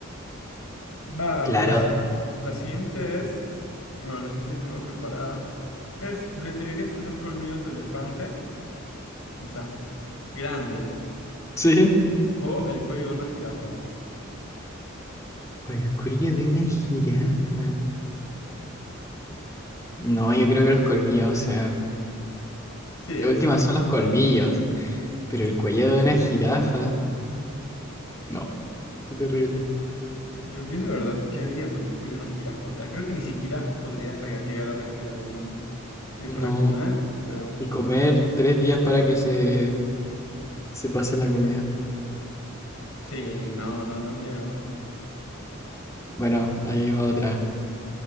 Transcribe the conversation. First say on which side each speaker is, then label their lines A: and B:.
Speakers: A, on the left (about 80°); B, on the left (about 15°).
A: Va,
B: Claro.
A: las, la siguiente es, bueno, la siguiente que tengo preparada es, ¿preferirías tener colmillos de elefante? O sea, grandes.
B: Sí.
A: O el cuello de una jirafa.
B: O el cuello de una jirafa. No, yo creo que los colmillos, o sea.
A: Sí, definitivamente.
B: De última son los colmillos, pero el cuello de una jirafa, no, qué terrible.
A: Yo, yo de verdad, ¿qué haría con el cuello de una jirafa? O sea, creo que ni siquiera podrías rega- llegar a respirar bien. Y
B: No,
A: para comer, peor.
B: y comer tres días para que se, se pase la comida.
A: Sí, no, no, no llego.
B: Bueno, ahí va otra.